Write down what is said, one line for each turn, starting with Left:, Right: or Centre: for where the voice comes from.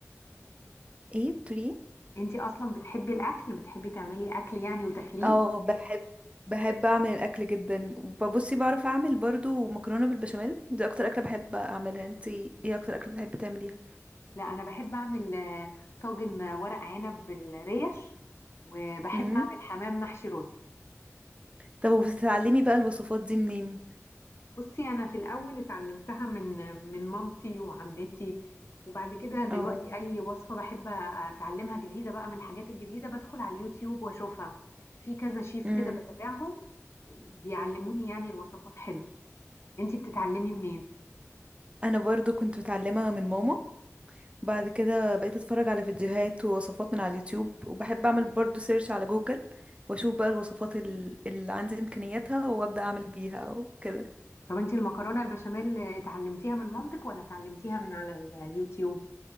Right: ايه بتقولي ايه
Left: انتي اصلا بتحبي الاكل بتحبي تعملي اكل يعني وتاكليه
Right: اه بحب بحب اعمل الاكل جدا وبصي بعرف اعمل برضو مكرونه بالبشاميل دي اكتر اكله بحب اعملها انتي ايه اكتر اكله بتحبي تعمليها
Left: لا انا بحب اعمل آه، طاجن آه، ورق عنب بالريش وبحب
Right: امم
Left: اعمل حمام محشي رز
Right: طب وبتتعلمي بقى الوصفات دي منين
Left: بصي انا في الاول اتعلمتها من من مامتي وعمتي وبعد كده دلوقتي
Right: او
Left: اي وصفه بحب اتعلمها جديده بقى من الحاجات الجديده بدخل على اليوتيوب واشوفها في كذا شيف
Right: امم
Left: كده بتابعهم بيعلموني يعني الوصفات حلو انتي بتتعلمي منين
Right: انا برضو كنت متعلمه من ماما بعد كده بقيت اتفرج على فيديوهات ووصفات من على اليوتيوب وبحب اعمل برضو سيرش على جوجل واشوف بقى الوصفات ال- اللي عندي امكانياتها وابدا اعمل بيها وكده
Left: طب انتي المكرونه البشاميل اتعلمتيها من مامتك ولا اتعلمتيها من على اليوتيوب